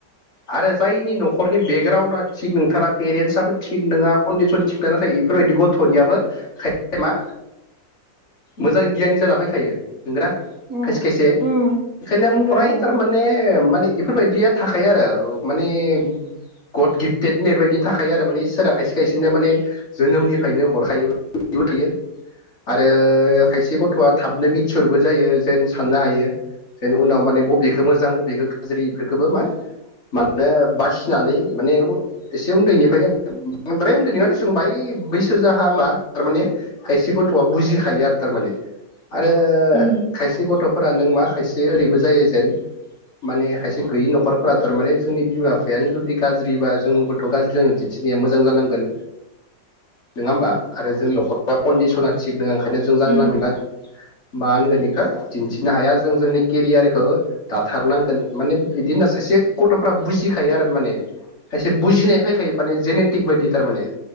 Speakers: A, on the left; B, on the right.
A: आरो जायनि न'खरनि बेकराउना थिग नोंथारा पेरेन्टसाबबो थिग नोंङा कन्डिसन थिग ना थायो बेफोरबायदि गथ'नियाबोय खाय से मा मोजां ओ गियानि जाना फैखायो। नोंगोना
B: उम
A: खायसे खायसे
B: उम
A: ओंखायनो
B: नंगौ
A: फ्राय
B: नंगौ
A: थारमाने माने इफोरबायदिया थाखाय आरो ओ माने गड गिफ्टेड होननायबायदि थाखायो आरो माने इसोरा खायसे खायसेनो माने जोनोमनिफ्रायनो हरखायोबो दिउ थयो आरो खायसे गथ'आ थाबनो मिथिहरबो जायो जेन साननो हायो जायनि उनाव माने बबेखो मोजां बबेखो गाज्रि बेफोरखोबो मा मानो बासिनानै माने एसे उन्दैनिफ्रायनो बांद्राय उन्दै नंङा दिसुं बांङाइ बैसो जाहांङा थारमाने खायसे गथ'आ बुजिखायो आरो थारमाने आरो
B: उम
A: खायसे गथ'फोरा नों मा खायसे ओरैबो जायो जेन माने खायसे गैयि न'खरफोरा थारमाने जोंनि बिमा बिफायानो जुदि गाज्रिबा जोंबोथ' गाज्रि जानो दिनथि थिनाया मोजां जानांगोन नोंङा होमबा? आरो जोंनि न'खरा कन्दिसना थिग नोंङा ओंखायनो जों जानला
B: उम
A: मोनानला मा होनगोन बेखौ दिन्थिनो हाया जों जोंनि केरियारखौ दाथारनांगोन माने बिदिनो स थिग गथ'फ्रा बुजिखायो आरो माने खायसे बुजिनाय फैखायो माने जेनेटिक बायदि थारमाने